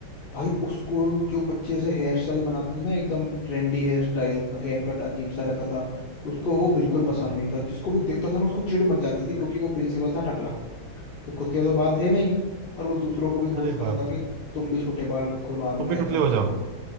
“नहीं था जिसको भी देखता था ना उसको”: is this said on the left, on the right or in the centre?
Left